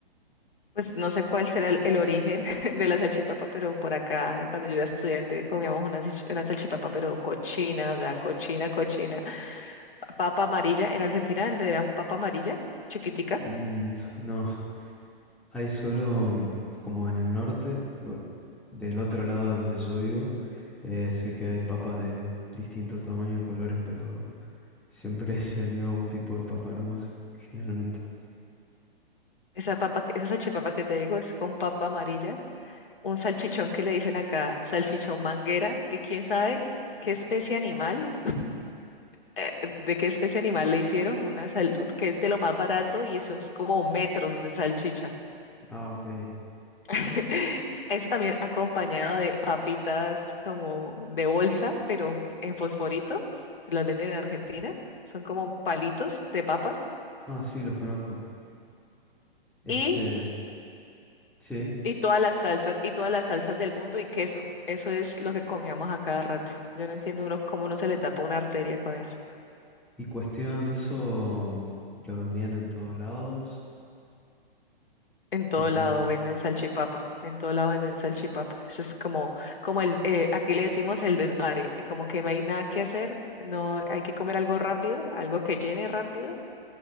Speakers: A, on the left; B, in the centre.
A: Pues no sé cuál será el, el origen <laughs> de la salchipapa, pero por acá, cuando yo era estudiante, comíamos una, salch- una salchipapa, pero cochina, o sea, cochina, cochina. Papa amarilla, en Argentina donde eran papa amarilla, chiquitica.
B: Mm, <laughs> no, hay solo mm, como en el norte, bu- del otro lado de donde yo vivo, eh, sé que hay papas de distintos tamaños y colores, pero siempre <laughs> se vendió un tipo de papa nomás, generalmente.
A: Esa papa, que- esa salchipapa que te digo es con papa amarilla. Un salchichón que le dicen acá, salchichón manguera, que quién sabe qué especie animal, eh, de qué especie animal le hicieron, una sal- que es de lo más barato y eso es como metros de salchicha.
B: Ah, ok.
A: <laughs> Eso también acompañado de papitas como de bolsa, pero en fosforito, se las venden en Argentina, son como palitos de papas
B: Ah, sí, los conozco.
A: y,
B: Este, sí.
A: y todas las salsas, y todas las salsas del mundo y queso. Eso es lo que comíamos a cada rato. Yo no entiendo uno cómo no se le tapa una arteria con eso.
B: Y cuestión, ¿eso lo vendían en todos lados
A: En
B: o
A: todo
B: cómo?
A: lado venden salchipapa, en todo lado venden salchipapa. Eso es como, como el, eh, aquí le decimos el desvare, como que no hay nada que hacer, no hay que comer algo rápido, algo que llene rápido